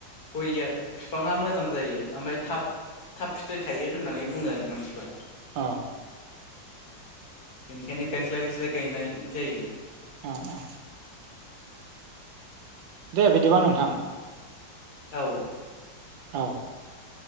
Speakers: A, on the left; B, on the right.
A: गयया बिफाङा मोजां जायो ओमफ्राय थाब थाब फिथाइ थायो होननानै बुङो आरो मानसिफ्रा।
B: अ
A: बेनिखायनो गायस्लााय गायस्लााय गायनाय जायो।
B: अ अ दे बिदिबा नोंथां
A: ओ
B: औ।